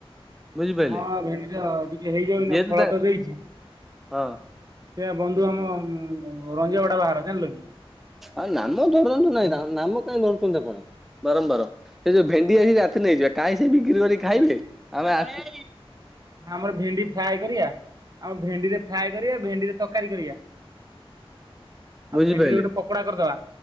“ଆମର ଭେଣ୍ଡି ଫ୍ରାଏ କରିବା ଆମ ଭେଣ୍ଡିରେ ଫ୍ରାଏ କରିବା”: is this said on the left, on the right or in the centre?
Right